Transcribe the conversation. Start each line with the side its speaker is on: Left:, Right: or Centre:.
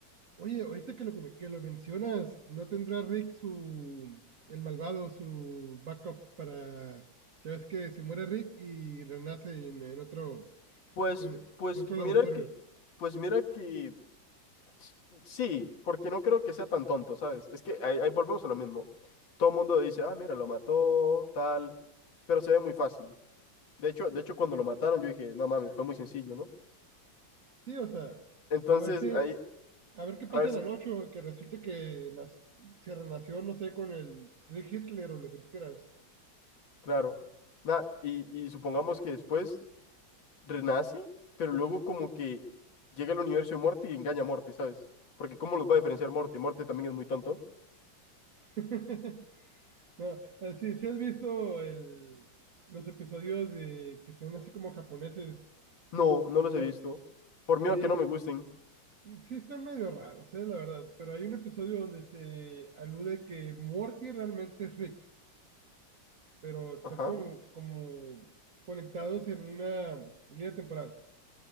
Right: Oye, ahorita que lo, que que lo mencionas, ¿no tendrá Rick su, el malvado, su backup para, ya ves que se muere Rick y renace en, en otro,
Left: Pues,
Right: en,
Left: pues
Right: en otro
Left: mira
Right: laboratorio?
Left: que, pues mira que s- sí, porque no creo que sea tan tonto, ¿sabes? Es que ahí, ahí volvemos a lo mismo. Todo el mundo dice, ah, mira, lo mató, tal, pero se ve muy fácil. De hecho, de hecho, cuando lo mataron, yo dije, no mames, fue muy sencillo, ¿no?
Right: Sí, o sea,
Left: Entonces,
Right: a ver si,
Left: ahí,
Right: a ver qué pasa
Left: a ver
Right: en
Left: si,
Right: la noche, o que resulte que nas- se renació, no sé, con el Rick Hitler o lo que tú quieras.
Left: claro. Nah, y, y supongamos que después renace, pero luego como que llega al universo de Morty y engaña a Morty, ¿sabes? Porque ¿cómo los va a diferenciar Morty? Morty también es muy tonto.
Right: <laughs> No, eh, sí, sí has visto el, los episodios de que son así como japoneses.
Left: No, no los he
Right: Son-
Left: visto. Por
Right: eh,
Left: miedo a que no me gusten.
Right: Sí, están medio raros, eh, la verdad, pero hay un episodio donde se alude que Morty realmente es Rick, pero está
Left: Ajá,
Right: como, como conectados en una línea temporal.